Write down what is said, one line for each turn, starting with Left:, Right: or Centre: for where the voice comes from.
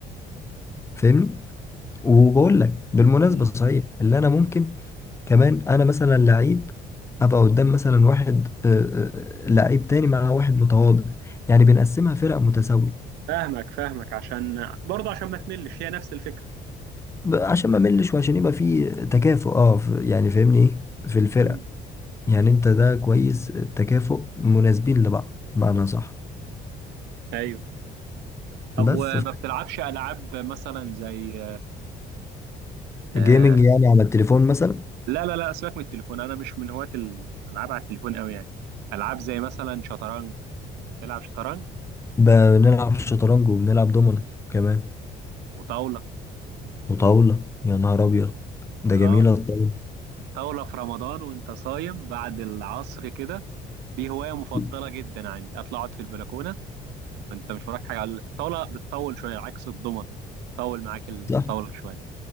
Left: فاهمني وبقول لك بالمناسبة
Right: مم.
Left: صحيح اللي انا ممكن
Right: مم.
Left: كمان انا مثلا لعيب ابقى قدام مثلا واحد آه، آه، لعيب تاني مع واحد متواضع يعني بنقسمها فرق متساوية
Right: فاهمك فاهمك عشان برضه عشان ما تملش هي نفس الفكرة
Left: ب- عشان ما ملش وعشان يبقى في تكافؤ اه ف- يعني فاهمني ايه في الفرق
Right: مم.
Left: يعني انت ده كويس التكافؤ مناسبين لبعض بمعنى صح
Right: ايوه طب
Left: بس
Right: وما بتلعبش العاب مثلا زي آه...
Left: جيمنج يعني على التليفون مثلا
Right: لا لا لا سيبك من التليفون انا مش من هواة الالعاب على التليفون قوي يعني العاب زي مثلا شطرنج تلعب شطرنج
Left: بنلعب شطرنج وبنلعب دومينو كمان
Right: وطاولة
Left: وطاولة يا نهار أبيض ده
Right: اه
Left: جميلة الطاولة
Right: طاولة في رمضان وانت صايم بعد العصر كده دي هواية مفضلة
Left: دي.
Right: جدا عندي اطلع اقعد في البلكونة وانت مش وراك حاجة على الطاولة بتطول شوية عكس الضمنة طول معاك الطاولة
Left: صح
Right: شوية